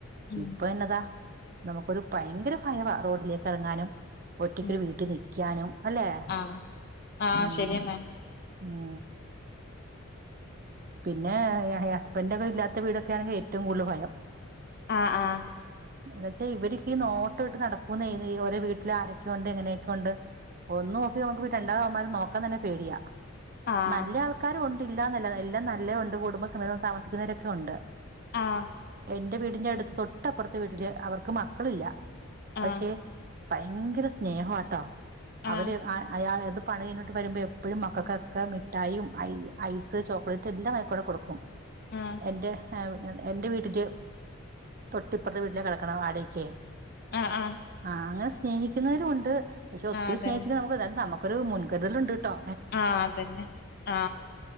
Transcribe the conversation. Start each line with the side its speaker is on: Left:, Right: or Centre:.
Left: ഉം
Right: ഇപ്പൊ എന്നതാ നമുക്കൊരു ഭയങ്കര ഭയവ റോഡിലേക്ക് ഇറങ്ങാനും ഒറ്റക്കൊരു
Left: ഉം
Right: വീട്ടിൽ നിക്കാനും അല്ലെ
Left: ആഹ് ആഹ്
Right: ഉം
Left: ശരിയെന്നെ
Right: ആ പിന്നെ ഹസ്ബൻഡ് ഒക്കെ ഇല്ലാത്ത വീടൊക്കെ ആണെങ്കിൽ ഏറ്റവും കൂടുതൽ ഭയം
Left: ആ ആ
Right: എന്ന വച്ചാൽ ഇവരക്ക നോട്ടോട്ട് നടക്കൂ ചെയ ഓരോ വീട്ടില് ആരൊക്കെയ ഉണ്ട് എങ്ങനെയൊക്കെയെ ഉണ്ട് ഒന്നും ഓക്കി നമുക്ക് രണ്ടാന്മാരും നോക്കാൻ തന്നെ പേടിയാ
Left: ആഹ്
Right: നല്ല ആൾക്കാരും ഉണ്ടല്ലാന്നല്ല എല്ലാം നല്ലത ഉണ്ട് കുടുംബ സമയത്ത് താമസിക്കുന്നവരൊക്കെ ഉണ്ട്
Left: ആഹ്
Right: എന്റെ വീടിന്റെ അടുത്ത് തൊട്ടപ്പുറത്തെ വീട്ടില് അവർ മക്കളില്ല
Left: ആഹ്
Right: പക്ഷെ ഭയങ്കര സ്നേഹട്ടോ
Left: ആഹ്
Right: അവര് അയാത് പണി കഴിഞ്ഞിട്ട് വരുമ്പോ എപ്പോഴും മക്കൾക്കൊക്കെ മിഠായും ഐസ് ചോക്ലേറ്റ് എല്ലാം ആയിക്കോടെ കൊടുക്കും
Left: ആഹ് ആഹ്
Right: എന്റെ എൻന്റെ വീട്ടന്റെ തൊട്ട്പ്പുറത്തെ വീട്ടിലേ കിടക്കണം വാടക്കേ
Left: ആഹ് ആഹ് ആഹ്
Right: ആഹ അങ്ങനെ സ്നേഹിക്കുന്നവരു ഉണ്ട് പക്ഷെ ഒത്തിരി
Left: അതന്നെ
Right: സ്നേഹിച്ചിക്ക നമുക്ക് എതായാലും തമ ഒരു മുൻകരുതലണ്ട് കേട്ടോ
Left: ആ അതന്നെ ആ